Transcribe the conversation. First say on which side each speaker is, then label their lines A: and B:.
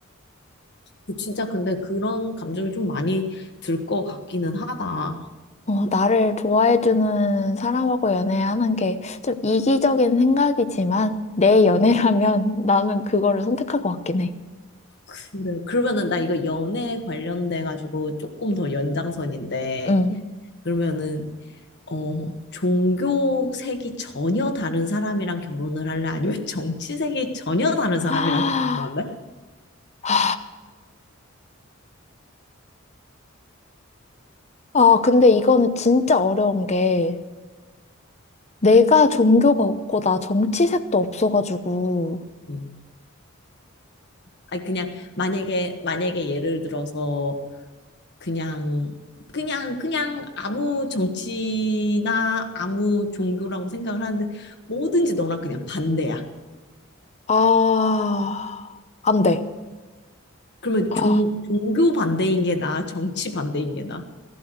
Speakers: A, on the left (about 55°); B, on the left (about 35°).
A: 그 진짜 근데 그런 감정이 좀 많이 들 것 같기는 하다.
B: 어, 나를 좋아해주는 사람하고 연애하는 게 좀 이기적인 생각이지만 내 연애라면 <laughs> 나는 그거를 선택할 것 같긴 해.
A: 그래. 그러면은 나 이거 연애 관련돼 가지고 조금 더 연장선인데
B: 음.
A: 그러면은 어 종교색이 전혀 다른 사람이랑 결혼을 할래? 아니면 <laughs> 정치색이 전혀 다른 사람이랑
B: <gasps>
A: 결혼할래?
B: 아, 아, 근데 이거는 진짜 어려운 게 내가 종교가 없고 나 정치색도 없어가지고
A: 음. 아니 그냥 만약에 만약에 예를 들어서 그냥 그냥 그냥 아무 정치나 아무 종교라고 생각을 하는데 뭐든지 너랑 그냥 반대야.
B: 아, 안 돼.
A: 그러면
B: 아,
A: 종, 종교 반대인 게 나아, 정치 반대인 게 나아.